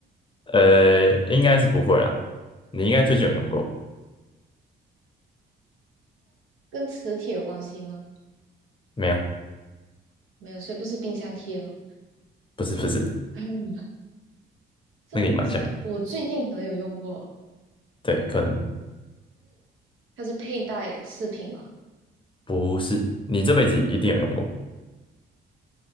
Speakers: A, on the left (about 25°); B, on the right (about 85°).
A: 呃，应该是不会啦，你应该最近有用过，
B: 跟磁铁有关系吗？
A: 没有？
B: 没有，所以不是冰箱贴了。
A: 不是不是，
B: <laughs> 这么小，
A: 那个也蛮像的，
B: 我最近可能有用过，
A: 对，可能。
B: 它是佩戴饰品嘛，
A: 不是，你这辈子一定有用过，